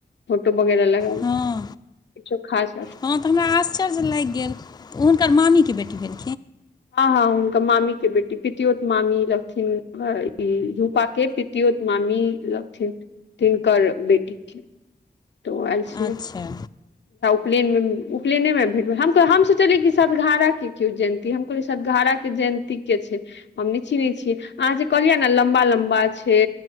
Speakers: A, on the left (about 90°); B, on the left (about 25°).
A: फोटो वगैरह लगा
B: हँ
A: छ खास <unintelligible>
B: हँ तऽ हमरा आश्चर्य लागि गेल तऽ हुनकर मामी के बेटी भेल
A: हँ हँ मामी के बेटी पितियोत मामी लगथिन ई रूपा के पितियोत मामी थि तिनकर बेटी त आयल छल
B: अच्छा
A: प उपनयने मे भेट सोचलियै कि सदघारा के जयंती हम कहल सदघारा के जयंती छी अहाँ जे कहिय ने लम्बा लम्बा छै